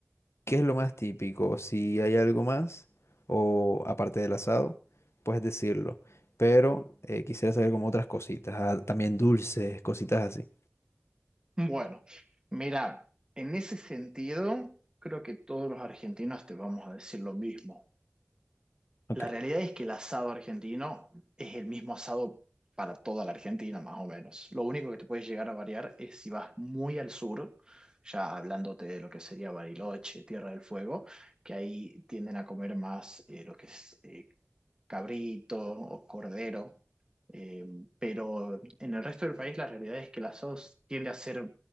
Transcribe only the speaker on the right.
Bueno, mira, en ese sentido, creo que todos los argentinos te vamos a decir lo mismo.
La realidad es que el asado argentino es el mismo asado para toda la Argentina, más o menos. Lo único que te puede llegar a variar es si vas muy al sur, ya hablándote de lo que sería Bariloche, Tierra del Fuego, que ahí tienden a comer más eh, lo que es eh, cabrito o cordero, eh, pero en el resto del país la realidad es que la sos tiende a ser